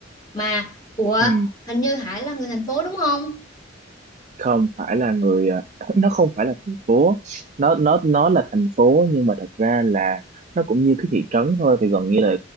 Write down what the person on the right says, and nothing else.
ừ.
không phải là người ờ, <laughs> nó không phải là thành phố nó nó nó là thành phố nhưng mà thật ra là nó cũng như cái thị trấn thôi thì gần như là